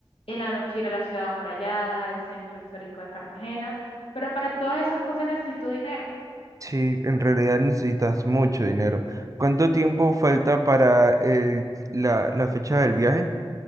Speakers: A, on the left (about 80°); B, on the right (about 35°).
A: en la noche ir a la ciudad amurallada, el centro histórico de Cartagena, pero para todas esas cosas necesito dinero.
B: Sí, en realidad necesitas mucho dinero. ¿Cuánto tiempo falta para el- la, la fecha del viaje?